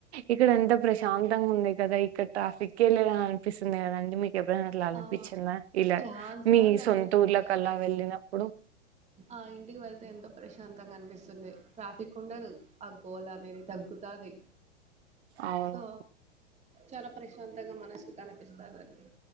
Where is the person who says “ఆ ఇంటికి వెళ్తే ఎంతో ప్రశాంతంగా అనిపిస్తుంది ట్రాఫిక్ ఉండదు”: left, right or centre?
Right